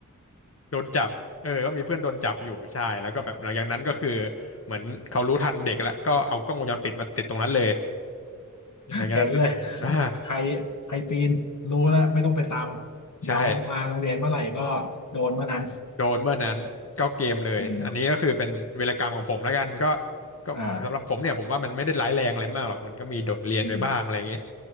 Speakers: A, on the left (about 45°); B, on the left (about 65°).
A: โดนจับ เออก็มีเพื่อนโดนจับอยู่ใช่แล้วก็แบบหลังจากนั้นก็คือเหมือนเขารู้ทันเด็กแล้วก็เอากล้องวงจรปิดมาติดตรงนั้นเลยหลังจากนั้น
B: เห็นเลย
A: อ่า
B: ใครใครปีนรู้แล้วไม่ต้องไปตาม เดี๋ยวมาโรงเรียนเมื่อไหร่ก็
A: ใช่
B: โดนเมื่อนั้น
A: โดนเมื่อนั้นก็เกมเลย
B: อืม
A: อันนี้ก็คือเป็นเวีรกรรมของผมแล้วกันก็ก็สำหรับผมเนี่ยผมว่ามันไม่ได้ร้ายแรงอะไรมากหรอก
B: อ่า
A: มันก็มีโดดเรียนไปบ้างอะไรอย่างเงี้ย
B: อืม